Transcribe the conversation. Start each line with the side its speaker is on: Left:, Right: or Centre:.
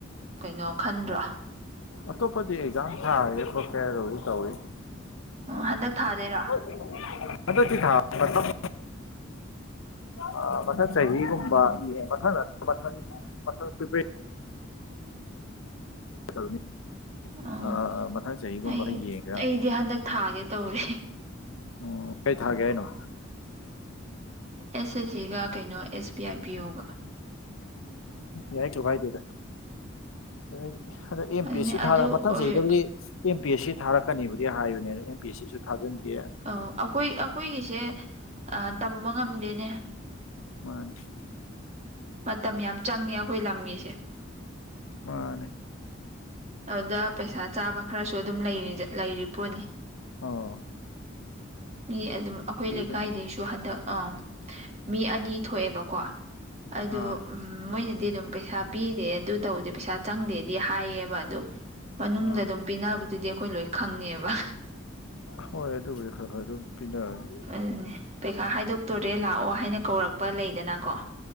Right: ꯀꯩꯅꯣ ꯈꯟꯗ꯭ꯔꯣ
Left: ꯑꯇꯣꯞꯄꯗꯤ ꯑꯦꯛꯖꯥꯝ ꯊꯥꯒꯦꯔꯥ ꯈꯣꯠꯀꯦꯔꯥ ꯂꯣꯏ ꯇꯧꯏ
Right: ꯍꯟꯗꯛ ꯊꯥꯗꯣꯏꯔꯣ
Left: ꯍꯣꯏ ꯍꯟꯗꯛꯇꯤ ꯊꯥ ꯃꯊꯪ ꯑꯥ ꯃꯊꯪ ꯆꯍꯤꯒꯨꯝꯕ ꯌꯦꯡꯕ ꯃꯊꯪ ꯃꯊꯪ ꯃꯊꯪ ꯄ꯭ꯔꯤꯄ꯭ꯔꯦ ꯇꯧꯅꯤ
Right: ꯎꯝ
Left: ꯑꯥ ꯃꯊꯪ ꯆꯍꯤꯒꯨꯝꯕ
Right: ꯑꯩ
Left: ꯌꯦꯡꯒꯦꯔꯥ
Right: ꯑꯩꯗꯤ ꯍꯟꯗꯛ ꯊꯥꯒꯦ
Left: ꯑꯣ
Right: ꯇꯧꯔꯦ
Left: ꯀꯩ ꯊꯥꯒꯦ ꯍꯥꯏꯅꯣ
Right: ꯑꯦꯁ ꯑꯦꯁ ꯁꯤꯒ ꯀꯩꯅꯣ ꯑꯦꯁ ꯕꯤ ꯑꯥꯏ ꯄꯤ ꯑꯣꯒ
Left: ꯌꯥꯏ ꯆꯨ ꯀꯥꯏꯗꯦꯗ ꯑꯩ ꯍꯟꯗꯛ ꯑꯦꯝ
Right: ꯑꯗꯨꯅꯦ
Left: ꯄꯤ ꯑꯦꯁ ꯁꯤ ꯊꯥꯔꯥ
Right: ꯑꯗꯨ
Left: ꯃꯊꯪ
Right: ꯑꯣꯏ
Left: ꯆꯍꯤꯗꯕꯨꯗꯤ ꯑꯦꯝ ꯄꯤ ꯑꯦꯁ ꯁꯤ ꯊꯥꯔꯛꯀꯅꯤꯕꯨꯗꯤ ꯍꯥꯏꯕꯅꯦ ꯑꯗꯣ ꯑꯦꯝ ꯄꯤ ꯑꯦꯁ ꯁꯤꯁꯨ ꯊꯥꯖꯟꯒꯦ
Right: ꯑꯧ ꯑꯈꯣꯏ ꯑꯈꯣꯏꯒꯤꯁꯦ ꯑꯥ ꯇꯝꯕ ꯉꯝꯗꯦꯅꯦ
Left: ꯃꯥꯟꯅꯤ
Right: ꯃꯇꯝ ꯌꯥꯝ ꯆꯪꯉꯦ ꯑꯈꯣꯏ ꯂꯝꯒꯤꯁꯦ
Left: ꯃꯥꯟꯅꯤ
Right: ꯑꯗꯨꯗ ꯄꯩꯁꯥ ꯆꯥꯕ ꯈꯔꯁꯨ ꯑꯗꯨꯝ ꯂꯩꯔꯤꯗ ꯂꯩꯔꯤ ꯄꯣꯠꯅꯤ
Left: ꯑꯣ
Right: ꯃꯤ ꯑꯗꯨꯝ ꯑꯈꯣꯏ ꯂꯩꯀꯥꯏꯗꯩꯁꯨ
Left: ꯑꯗꯨꯝ
Right: ꯍꯟꯗꯛ ꯑꯥꯝ ꯃꯤ ꯑꯅꯤ ꯊꯣꯛꯑꯦꯕꯀꯣ ꯑꯗꯨ
Left: ꯑꯥ
Right: ꯎꯝ ꯃꯣꯏꯅꯗꯤ ꯑꯗꯨꯝ ꯄꯩꯁꯥ ꯄꯤꯗꯦ ꯑꯗꯨ ꯇꯧꯗꯦ ꯄꯩꯁꯥ ꯆꯪꯗꯦꯗꯤ ꯍꯥꯏꯌꯦꯕ ꯑꯗꯨ ꯃꯅꯨꯡꯗ
Left: ꯑꯥ
Right: ꯑꯗꯨꯝ ꯄꯤꯅꯕꯗꯨꯗꯤ ꯑꯈꯣꯏ ꯂꯣꯏ ꯈꯪꯉꯦꯕ
Left: ꯍꯣꯏ ꯑꯗꯨꯕꯨꯗꯤ ꯈꯔ ꯈ ꯑꯗꯨꯝ ꯄꯤꯅꯔꯝꯅꯤ
Right: ꯑꯗꯨꯅꯤ ꯄꯩꯈꯥ ꯍꯥꯏꯗꯣꯛꯇꯣꯔꯦ ꯂꯥꯛꯑꯣ ꯍꯥꯏꯅ ꯀꯧꯔꯛꯄ ꯂꯩꯗꯅꯥꯀꯣ